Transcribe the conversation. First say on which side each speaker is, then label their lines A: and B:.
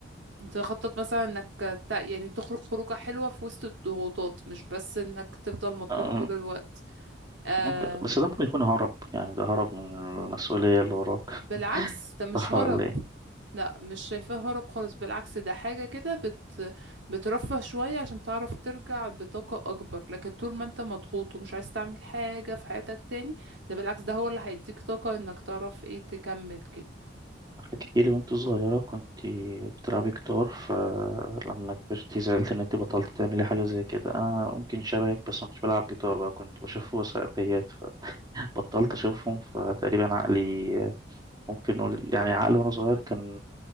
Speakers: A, on the right (about 75°); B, on the right (about 20°).
A: انت تخطط مثلا انك تع- يعني تخرج خروجة حلوة في وسط الضغوطات مش بس انك تفضل مضغوط
B: آه،
A: طول الوقت آه
B: ممكن بس ده ممكن يكون هرب يعني ده هرب من المسؤولية اللي وراك
A: بالعكس ده مش
B: صح
A: هرب
B: ولا ايه؟
A: لا مش شايفاه هرب خالص بالعكس ده حاجة كده بت... بترفه شوية عشان تعرف ترجع بطاقة أكبر لكن طول ما انت مضغوط ومش عايز تعمل حاجة في حياتك تاني ده بالعكس ده هو اللي هيديك طاقة انك تعرف ايه تكمل كده
B: حكيتي لي وانت صغيرة كنت بتلعبي جيتار فلما كبرتي زعلت ان انت بطلت تعملي حاجة زي كده انا ممكن شبهك بس ما كنتش بلعب جيتار بقى كنت بشوف وثائقيات فبطلت اشوفهم فتقريبا عقلي ممكن نقول يعني عقلي وانا صغير كان